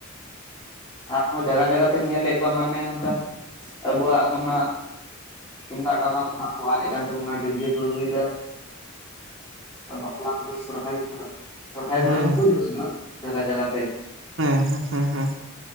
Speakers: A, on the left (about 25°); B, on the right (about 65°).
A: ᱟᱨᱦᱚᱸ ᱡᱟᱭᱜᱟ ᱡᱟᱭᱜᱟ ᱛᱤᱧ ᱧᱮᱞᱮᱫ ᱠᱚᱣᱟ ᱢᱟᱱᱮ ᱚᱱᱠᱟ ᱟᱵᱚᱣᱟᱜ ᱚᱱᱟ ᱛᱩᱢᱫᱟᱜ ᱴᱟᱢᱟᱠ ᱠᱚ ᱦᱟᱸᱜ ᱠᱚ ᱟᱫ ᱮᱫ ᱠᱟᱱ ᱛᱟᱵᱚᱱᱟ ᱰᱤᱡᱮ ᱠᱚ ᱟᱹᱜᱩᱭ ᱮᱫᱟ ᱵᱟᱯᱞᱟ ᱠᱚᱨᱮ ᱥᱚᱨᱦᱟᱭ ᱠᱚᱨᱮ ᱥᱚᱨᱚᱦᱟᱭ
B: ᱦᱮᱸ
A: ᱠᱚᱨᱮ ᱦᱚᱸᱠᱚ ᱤᱭᱩᱥ ᱮᱫᱟ ᱡᱟᱭᱜᱟ ᱡᱟᱭᱜᱟ ᱛᱮ
B: ᱦᱮᱸ ᱦᱮᱸ ᱦᱮᱸ ᱦᱮᱸ